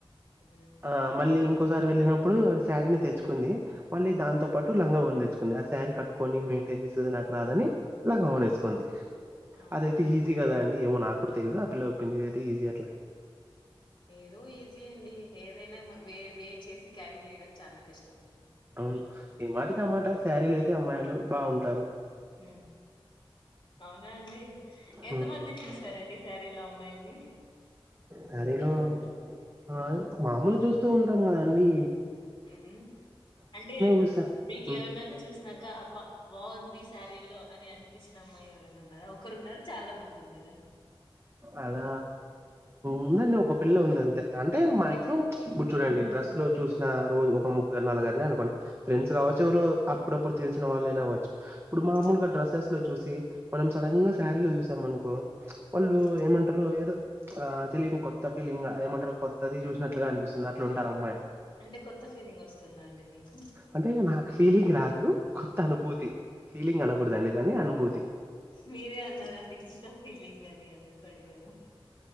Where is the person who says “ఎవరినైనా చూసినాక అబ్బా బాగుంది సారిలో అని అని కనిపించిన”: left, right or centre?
Left